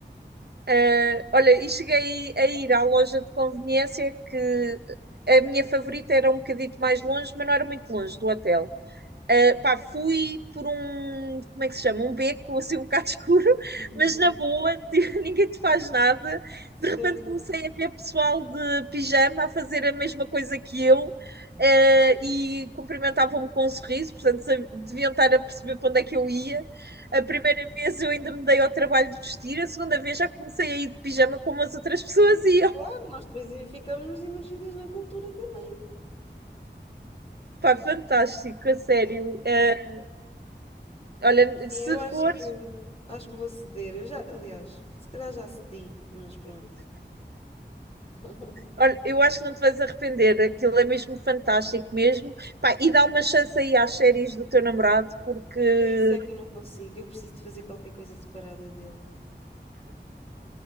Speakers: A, on the right (about 60°); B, on the left (about 35°).
A: Ah, olha, e cheguei a ir à loja de conveniência que a minha favorita era um bocadito mais longe, mas não era muito longe do hotel. Uh, pá, fui por um, como é que se chama? Um beco assim um bocado <laughs> escuro,
B: Uhum,
A: mas na boa, <laughs> tipo, ninguém te faz nada.
B: a sério.
A: De repente comecei a ver pessoal de pijama a fazer a mesma coisa que eu, uh, e cumprimentavam-me com um sorriso, portanto sab- deviam estar a perceber para onde é que eu ia. A primeira vez eu ainda me dei ao trabalho de vestir, a segunda vez já comecei a ir de pijama como as outras <laughs> pessoas
B: Sim,
A: iam.
B: claro, nós depois aí ficamos imergidas na cultura também.
A: Pá, fantástico, a sério.
B: Sim,
A: Uh, olha,
B: sim,
A: se
B: eu acho
A: for
B: que acho que vou ceder. Eu já, aliás, se calhar já cedi, mas pronto. <laughs>
A: Olha, eu acho que não te vais arrepender, aquilo é mesmo fantástico mesmo. Pá, e dá uma chance aí às séries do teu namorado, porque,
B: Ai, isso é que eu não consigo. Eu preciso de fazer qualquer coisa separada dele.